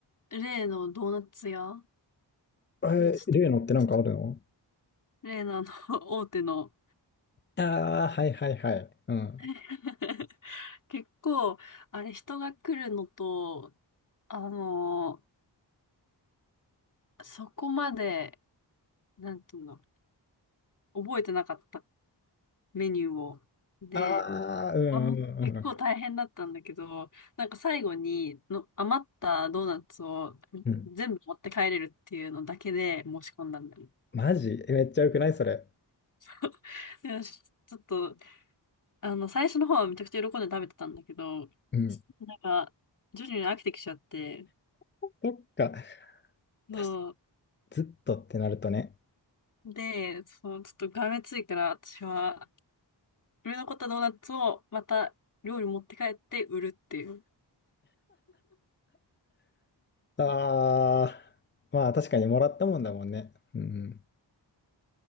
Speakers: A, on the left; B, on the left.
A: 例のドーナツ屋
B: えー、
A: で、ちょっと、
B: 例のってなんかあるの
A: ちょっと例のあの、<laughs> 大手の
B: ああー、はいはいはい。うん。
A: <laughs> 結構、あれ、人が来るのと、あの、そこまで、なんていうの、覚えてなかったメニューを。で、
B: ああ、うんうんうんうん。
A: あの、結構大変だったんだけど、なんか最後にの余ったドーナツを全部持って帰れるっていうのだけで申し込んだんだよね。
B: うんマジえめっちゃ良くないそれ。
A: <laughs> でちょっと、あの、最初の方はめちゃくちゃ喜んで食べてたんだけど、
B: うん。
A: なんか、徐々に飽きてきちゃって、
B: そっか。確
A: そう。
B: かずっとってなるとね。
A: で、そう、ちょっとがめついから、私は、売れ残ったドーナツをまた料理持って帰って売るっていう。
B: ああ、まあ確かにもらったもんだもんね。うん